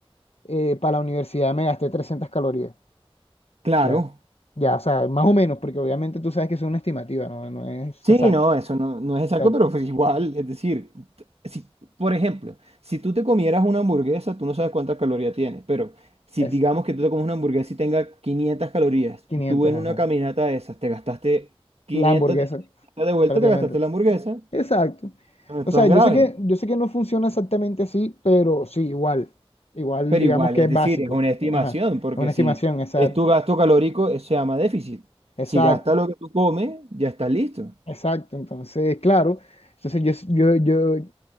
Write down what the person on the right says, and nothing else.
Claro.
Sí,
no, eso no, no es exacto,
pero pues igual, es decir, t- si, por ejemplo, si tú te comieras una hamburguesa, tú no sabes cuántas calorías tiene, pero si
digamos que tú te comes una hamburguesa y tenga 500 calorías
y tú en
una caminata de esas te gastaste 500
de, de vuelta,
te gastaste la hamburguesa,
no es
tan
grave,
pero
igual,
es
decir,
es una estimación,
porque
si
es tu gasto calórico, eso se llama déficit.
Si gastas lo que tú comes, ya estás listo.